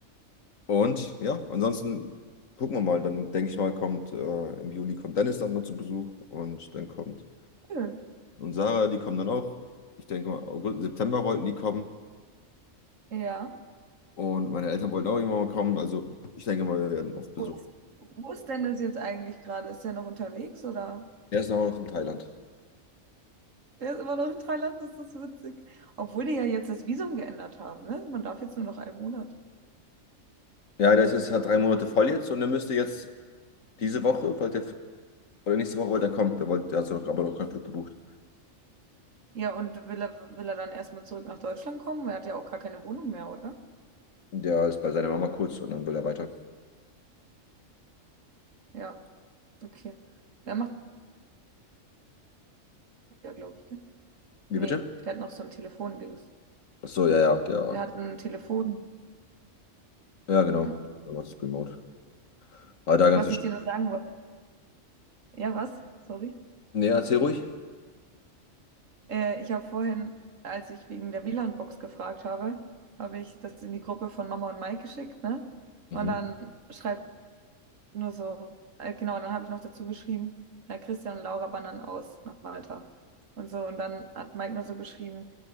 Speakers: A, on the left; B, on the right.
A: Und ja, ansonsten gucken wir mal. Dann denke ich mal, kommt äh, im Juli kommt Dennis dann mal zu Besuch und dann kommt
B: Cool.
A: und Sarah, die kommen dann auch. Ich denke mal, August, September wollten die kommen.
B: Ja.
A: Und meine Eltern wollten auch irgendwann mal kommen. Also ich denke mal, wir werden oft besucht.
B: Wo ist, wo ist denn das jetzt eigentlich gerade? Ist der noch unterwegs oder?
A: Er ist noch in Thailand.
B: Der ist immer noch in Thailand, das ist witzig. Obwohl die ja jetzt das Visum geändert haben, ne? Man darf jetzt nur noch einen Monat.
A: Ja, der ist jetzt hat drei Monate voll jetzt und er müsste jetzt diese Woche, wollte er, oder nächste Woche wollte er kommen. Der, wollte, der hat so noch, aber noch keinen Flug gebucht.
B: Ja, und will er, will er dann erstmal zurück nach Deutschland kommen? Er hat ja auch gar keine Wohnung mehr, oder?
A: Der ist bei seiner Mama kurz und dann will er weiter.
B: Ja, okay. Der macht ja, glaube ich, gell?
A: Wie
B: Nee,
A: bitte?
B: der hat noch so ein Telefondings.
A: Ach so, ja, ja, der,
B: Der hat ein Telefon,
A: ja, genau.
B: ja.
A: Was ist remote? Aber da ganz
B: Was ich dir noch sagen wollte. Ja, was? Sorry.
A: Nee, erzähl ruhig.
B: Äh, ich habe vorhin, als ich wegen der WLAN-Box gefragt habe, habe ich das in die Gruppe von Mama und Mike geschickt, ne?
A: Mhm.
B: Und dann schreibt Nur so, äh, genau, und dann habe ich noch dazu geschrieben, Herr Christian und Laura wandern aus nach Malta. Und so, und dann hat Mike nur so geschrieben,